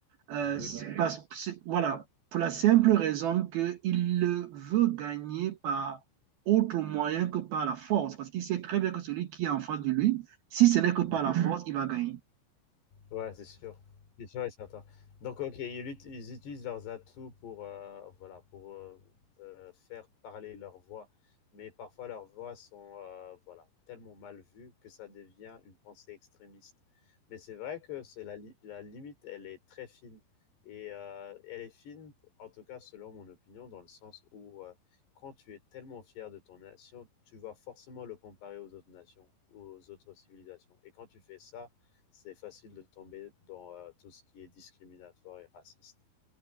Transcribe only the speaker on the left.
oui.
Mmh.
Ouais, c'est sûr. C'est sûr et certain. Donc, OK, ils, lut- ils utilisent leurs atouts pour, heu, voilà, pour, heu heu, faire parler leur voix. Mais parfois leurs voix sont, heu, voilà, tellement mal vues que ça devient une pensée extrémiste. Mais c'est vrai que c'est la li la limite, elle est très fine et heu, elle est fine, en tout cas selon mon opinion, dans le sens où, heu, quand tu es tellement fier de ton nation, tu vas forcément le comparer aux autres nations, aux autres civilisations et quand tu fais ça, c'est facile de tomber dans euh, tout ce qui est discriminatoire et raciste.